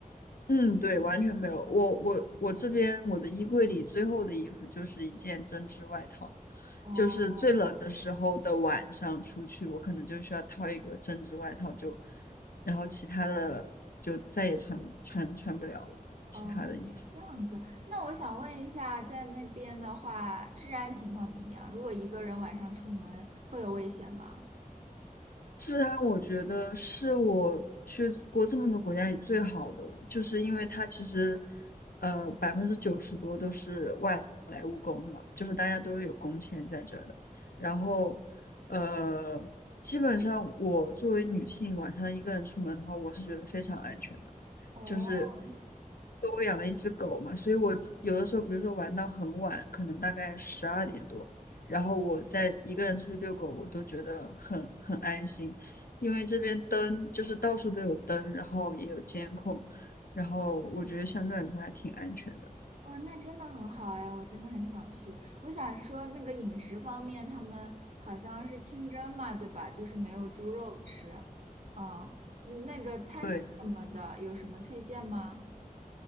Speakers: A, on the left (about 80°); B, on the right (about 55°).
A: 嗯，对，完全没有。我我我这边我的衣柜里最后的衣服就是一件针织外套，
B: 哦
A: 就是最冷的时候的晚上出去，我可能就需要套一个针织外套就，然后其他的就再也穿穿穿不了了，
B: 哦，
A: 其他的衣服。
B: 这样子。那我想问一下，在那边的话，治安情况怎么样？如果一个人晚上出门，会有危险吗？
A: 治安我觉得是我去过这么多国家里最好的了，就是因为它其实，呃，百分之九十多都是外来务工嘛，就是大家都是有工签在这儿的。然后，呃，基本上我作为女性晚上一个人出门的话，我是觉得非常安全的。
B: 哦
A: 就是我养了一只狗嘛，所以我有的时候，比如说玩到很晚，可能大概十二点多，然后我再一个人出去遛狗，我都觉得很很安心，因为这边灯就是到处都有灯，然后也有监控，然后我觉得相对来说还挺安全的。
B: 哦，那真的很好哎，我真的很想去。我想说，那个饮食方面，他们好像是清真嘛，对吧？就是没有猪肉吃。啊、嗯那个餐厅什么的，
A: 对。
B: 有什么推荐吗？